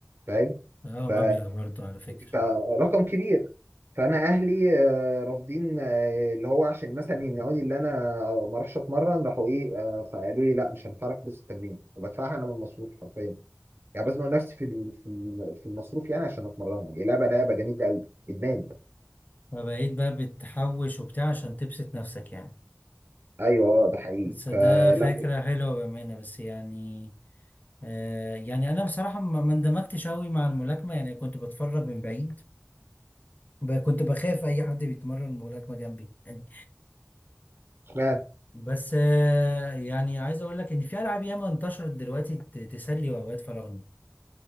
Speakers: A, on the right; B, on the left.
A: فاهم
B: اه
A: ف
B: مبلغ برضو على فكرة
A: ف- رقم كبير فانا اهلي آه، رافضين آه، اللي هو عشان مثلا يمنعوني اللي انا ما اروحش اتمرن راحوا ايه آه، قالوا لي لا مش هندفع لك فلوس التمرين وبدفعها انا من المصروف حرفيا يعني بزنق نفسي في ال- في ال- في المصروف يعني عشان اتمرنها هي لعبه لعبه جميله قوي ادمان
B: فبقيت بقى بتحوش وبتاع عشان تبسط نفسك يعني
A: ايوه اه ده حقيقي
B: بس ده
A: فلا
B: فكرة حلوة بأمانة بس يعني آه يعني أنا بصراحة ما ما اندمجتش أوي مع الملاكمة يعني كنت بتفرج من بعيد ب- كنت بخاف أي حد بيتمرن ملاكمة جنبي يعني
A: اشمعنى
B: بس آه يعني عايز أقول لك إن في ألعاب ياما انتشرت دلوقتي ت- تسلي أوقات فراغنا